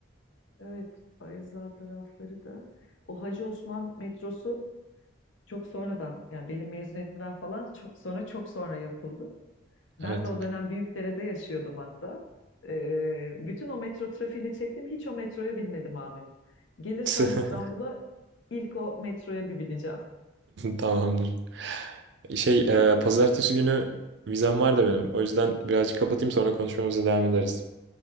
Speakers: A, on the left (about 65°); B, on the right (about 55°).
A: evet Ayaza tarafları da o Hacı Osman metrosu çok sonradan yani benim mezuniyetimden falan çok, sonra çok sonra yapıldı. Ben
B: Evet.
A: de o dönem Büyükdere'de yaşıyordum hatta. Ee, bütün o metro trafiğini çektim. Hiç o metroya binmedim Ahmet. Gelirsem
B: <laughs>
A: İstanbul'a ilk o metroya bir bineceğim.
B: Tamamdır. Şey,
A: Yok,
B: e, pazartesi günü vizem var da benim. O yüzden birazcık kapatayım sonra konuşmamıza devam ederiz.